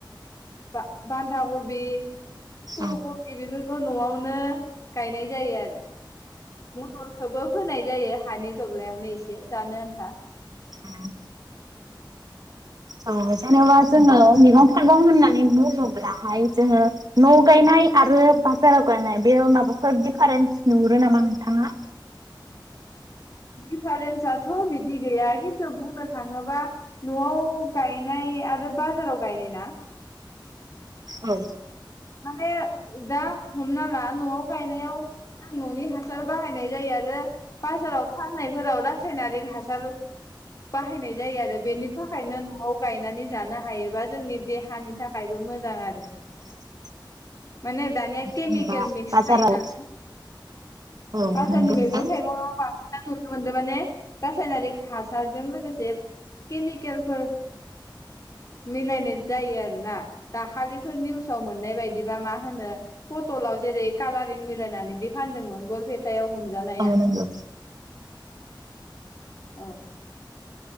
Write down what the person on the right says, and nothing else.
औ
उम औ जनबा जों मैगं थाइगं होननानै बुङोब्लाहाय जोङो न' गायनाय आरो बाजाराव गायनाय बे माबाफोर दिफारेन्स नुहुरो नामा नोंथाङा
औ
<unintelligible>
जेनेबा
बाजाराव
औ
नंगौ
नोंथां
औ नंगौ